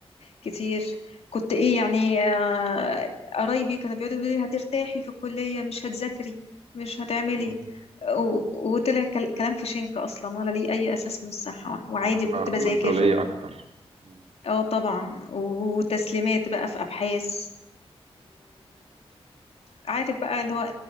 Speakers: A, on the left; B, on the right.
A: كتير كنت إيه يعني آه، قرايبي كانوا بيقعدوا يقولوا لي هترتاحي في الكلية مش هتذاكري مش هتعملي
B: اه
A: و- وطلع كل- كلام في شنك أصلا ولا ليه أي أساس من الصحة وعادي
B: يعني في م-
A: كنت بذاكر
B: مسؤولية
A: و-
B: اكتر آه.
A: اه طبعا وتسليمات بقى في أبحاث عارف بقى اللي هو